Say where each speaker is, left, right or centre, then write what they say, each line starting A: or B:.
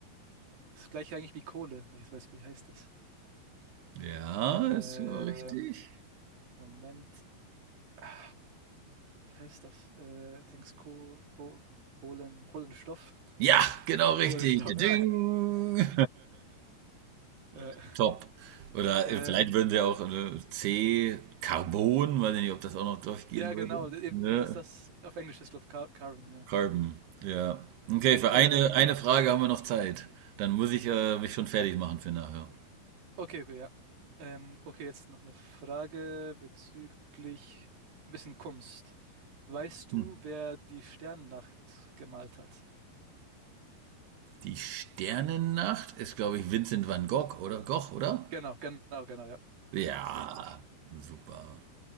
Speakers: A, on the right; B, on the right.
A: das gleiche eigentlich wie Kohle. Ich weiß, wie heißt das?
B: Ja,
A: Ähm,
B: ist sogar richtig.
A: Moment. Ah, wie heißt das? Äh, Dings, Koh, Koh, Kohlen, Kohlenstoff?
B: Ja,
A: <laughs>
B: genau richtig.
A: Kohlenstoff, ja.
B: Ding. <laughs>
A: Äh,
B: Top. Oder
A: ähm,
B: äh, vielleicht würden sie auch äh, C, Carbon, weiß ich nicht, ob das auch noch durchgehen
A: ja,
B: würde.
A: genau, eben,
B: Ne?
A: dass das auf Englisch ist, glaube ich, Car Carbon, ja.
B: Carbon, ja. Okay, für
A: Ähm,
B: eine, eine Frage haben wir noch Zeit. Dann muss ich äh, mich schon fertig machen für nachher.
A: Okay, okay, ja. Ähm, okay, jetzt noch eine Frage bezüglich ein bisschen Kunst. Weißt du,
B: Hm.
A: wer die Sternennacht gemalt hat?
B: Die Sternennacht ist, glaube ich, Vincent van Gogh, oder? Gogh, oder?
A: Genau, genau, genau, ja.
B: Ja,
A: Ist richtig.
B: super.